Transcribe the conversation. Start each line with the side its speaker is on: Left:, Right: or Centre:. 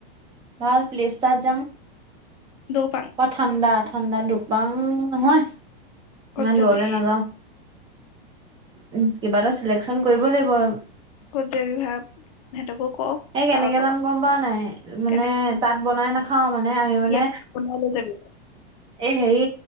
Right: ভাল প্লেছতাত যাম।
Left: দ্ৰোপাং?
Right: অ', ঠাণ্ডা ঠাণ্ডা দ্ৰোপাং নহয়।
Left: ক'ত
Right: ইমান
Left: যাবি
Right: দূৰলে নাযাওঁ। উম, কিবা এটা চিলেকচন কৰিব লাগিব আৰু।
Left: ক'ত যাবি ভাব সিহঁতকো ক
Right: এই, কেনেকে
Left: কাৰোবাক কাৰোবাক
Right: যাম গম পাৱ নাই মানে
Left: কেনেকে
Right: তাত বনাই নাখাওঁ মানে আমি মানে
Left: ইয়াত <unintelligible> লৈ যাবি।
Right: এই হেৰি